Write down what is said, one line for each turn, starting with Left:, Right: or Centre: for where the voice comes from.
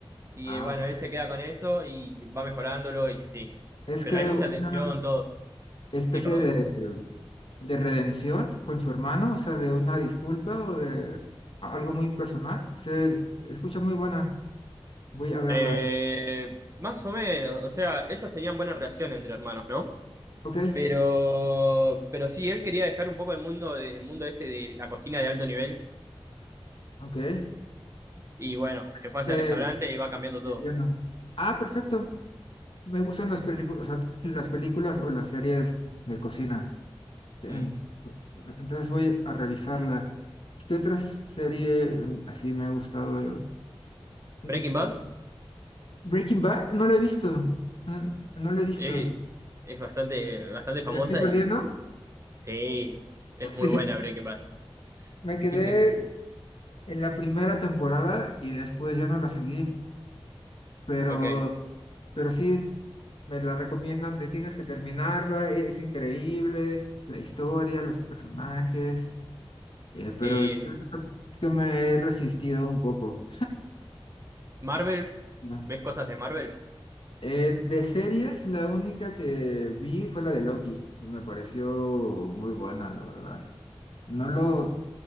Right: Y
Left: Ah,
Right: eh, bueno,
Left: ok.
Right: él se queda con eso y va mejorándolo y así.
Left: Es
Right: Pero
Left: que
Right: hay mucha
Left: una
Right: tensión, todo.
Left: especie
Right: Sí, perdón.
Left: de de redención con su hermano, o sea, de una disculpa o de a- algo muy personal. Se escucha muy buena, voy a verla.
Right: Eh, más o menos, o sea, ellos tenían buena relación entre hermanos, ¿no?
Left: Ok,
Right: Pero, pero sí, él quería dejar un poco el mundo, de- el mundo ese de la cocina de alto nivel.
Left: ok.
Right: Y bueno, se fue
Left: Se
Right: a ese restaurante y va cambiando todo.
Left: llena. Ah, perfecto. Me gustan las películas, o sea, las películas o las series de cocina. En-
Right: Mm.
Left: entonces voy a revisarla. ¿Qué otra serie em, así me ha gustado? Yo- Mm,
Right: Breaking Bad
Left: mm, Breaking Bad, no la he visto. Mm, No la he visto.
Right: eh, es bastante, bastante
Left: ¿Me
Right: famosa
Left: la estoy perdiendo?
Right: y
Left: <laughs>
Right: Sí, es
Left: Sí,
Right: muy buena Breaking Bad.
Left: me quedé
Right: Stevens,
Left: en la primera temporada y después ya no la seguí, pero,
Right: ok.
Left: pero sí me la recomiendan de tienes que terminarla, es increíble, la historia, los personajes, eh, pero
Right: Eh,
Left: yo creo que me he resistido un poco.
Right: Marvel,
Left: ¿no?
Right: ¿ves cosas de Marvel?
Left: Eh, de series, la única que vi fue la de Loki y me pareció muy buena, la verdad. No lo